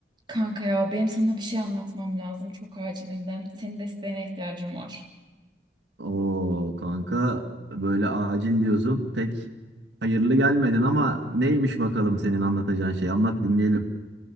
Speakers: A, on the right (about 25°); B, on the right (about 75°).
A: Kanka ya benim sana bir şey anlatmam lazım çok acilinden. Senin desteğine ihtiyacım var.
B: Oo kanka böyle acil diyorsun. Pek hayırlı gelmedin ama neymiş bakalım senin anlatacağın şey? Anlat dinleyelim.